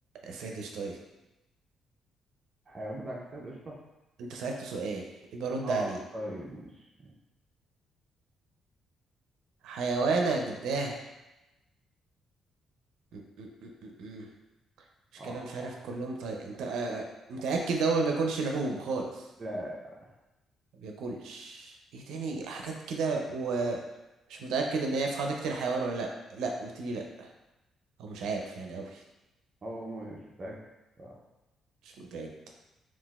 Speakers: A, on the right; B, on the right.
A: آه، سادش طيب
B: الحيوان بتاعك سيد قشطة
A: أنت سألت سؤال يبقى رد
B: اه
A: عليه
B: طيب مش
A: حيوانك ده م- م- م- م- م. مش
B: اه
A: كلام مش عارف كلهم طيب أنت آه آه، متأكد ده هو ما بياكلش لحوم خالص
B: لا
A: ما بياكلش ايه تاني حاجات كده ومش متأكد ان هي في حديقة الحيوان ولا لا لا قلت لي لا او مش عارف يعني قوي
B: هو مش متأكد صح.
A: مش متأكد